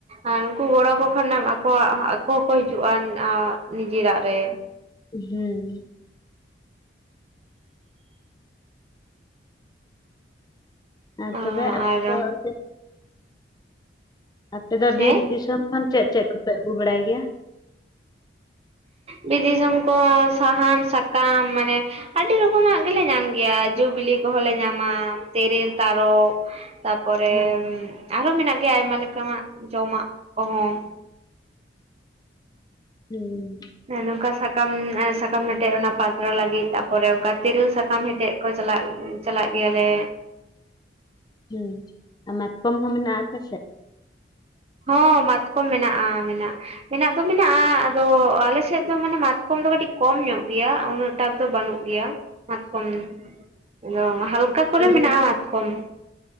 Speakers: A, on the right; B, on the left.
A: ᱟᱨ ᱩᱱᱠᱩ ᱜᱚᱲᱚ ᱟᱠᱚ ᱠᱷᱟᱱ ᱟᱠᱚᱣᱟᱜ ᱟᱠᱚ ᱦᱚᱸᱠᱚ ᱦᱤᱡᱩᱜᱼᱟ ᱱᱤᱡᱤᱨᱟᱜ ᱨᱮ
B: ᱦᱩᱸ ᱟᱨ
A: ᱚ
B: ᱛᱚᱵᱮ ᱟᱯᱮ
A: ᱟᱨ
B: ᱫᱚ ᱚᱱᱛᱮ? ᱟᱯᱮ ᱫᱚ
A: ᱦᱮᱸ
B: ᱵᱤᱨ ᱫᱤᱥᱚᱢ ᱠᱷᱚᱱ ᱪᱮᱫ ᱪᱮᱫ ᱠᱚᱯᱮ ᱟᱹᱜᱩ ᱵᱟᱲᱟᱭ ᱜᱮᱭᱟ᱾
A: ᱵᱤᱫ ᱫᱤᱥᱚᱢ ᱠᱚ ᱥᱟᱦᱟᱱ ᱥᱟᱠᱟᱢ ᱢᱟᱱᱮ ᱟᱰᱤ ᱨᱚᱠᱚᱢᱟᱜ ᱜᱮᱞᱮ ᱧᱟᱢ ᱜᱮᱭᱟ ᱡᱚᱼᱵᱤᱞᱤ ᱠᱚᱦᱚᱸ ᱞᱮ ᱧᱟᱢᱟ ᱛᱮᱹᱨᱮᱹᱞ ᱛᱟᱨᱚᱵ᱾ ᱛᱟᱯᱚᱨᱮ
B: ᱦᱮᱸ
A: ᱟᱨᱚ ᱢᱮᱱᱟᱜ ᱜᱮᱭᱟ ᱟᱭᱢᱟ ᱞᱮᱠᱟᱱᱟᱜ ᱡᱚᱢᱟᱜ ᱠᱚᱦᱚᱸ
B: ᱦᱩᱸ
A: ᱦᱮᱸᱱᱚᱝᱠᱟ ᱥᱟᱠᱟᱢ ᱥᱟᱠᱟᱢ ᱦᱮᱴᱮᱡ ᱚᱱᱟ ᱯᱟᱛᱲᱟ ᱞᱟᱹᱜᱤᱫ ᱛᱟᱯᱚᱨᱮ ᱚᱱᱠᱟ ᱛᱤᱨᱤᱞ ᱥᱟᱠᱟᱢ ᱦᱮᱴᱮᱡ ᱠᱚ ᱪᱟᱞᱟᱜ ᱪᱟᱞᱟᱜ ᱜᱮᱭᱟ ᱞᱮ᱾
B: ᱦᱩᱸ ᱟᱨ ᱢᱟᱛᱠᱚᱢ ᱦᱚᱸ ᱢᱮᱱᱟᱜᱼᱟ ᱟᱯᱮᱥᱮᱜ?
A: ᱦᱚᱸ ᱢᱟᱛᱠᱚᱢ ᱢᱮᱱᱟᱜᱼᱟ ᱢᱮᱱᱟᱜᱼᱟ᱾ ᱢᱮᱱᱟᱜ ᱫᱚ ᱢᱮᱱᱟᱜᱼᱟ ᱟᱫᱚ ᱟᱞᱮ ᱥᱮᱫ ᱫᱚ ᱢᱟᱱᱮ ᱢᱟᱛᱠᱚᱢ ᱫᱚ ᱠᱟᱹᱴᱤᱡ ᱠᱚᱢ ᱧᱚᱜ ᱜᱮᱭᱟ ᱩᱱᱟᱹᱜ ᱴᱟᱠ ᱫᱚ ᱵᱟᱱᱩᱜ ᱜᱮᱭᱟ ᱢᱟᱛᱠᱚᱢ ᱫᱚ ᱦᱟᱞᱠᱟ
B: ᱟᱫᱚᱞᱤᱧ
A: ᱠᱚᱨᱮ ᱢᱮᱱᱟᱜᱼᱟ ᱢᱟᱛᱠᱚᱢ